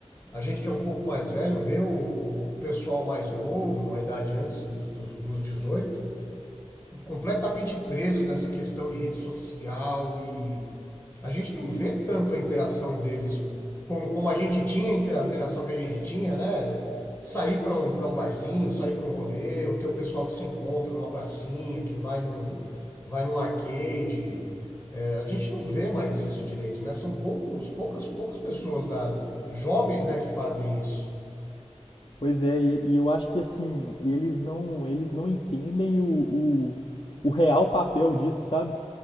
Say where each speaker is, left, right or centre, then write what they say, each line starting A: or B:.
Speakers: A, on the left; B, on the left.
A: A gente que é um pouco mais velho vê o, o, o pessoal mais novo, numa idade antes dos, dos, dos 18, completamente presos nessa questão de rede social e a gente não vê tanto a interação deles como, como a gente tinha, a interação que a gente tinha, né? Sair para um, para um barzinho, sair para um rolê, ou ter o pessoal que se encontra numa pracinha, que vai num, vai num arcade. É, a gente não vê mais isso direito, né? São poucos, poucas, poucas pessoas da, jovens né, que fazem isso.
B: Pois é, e, e eu acho que, assim, eles não, eles não entendem o, o, o real papel disso, sabe?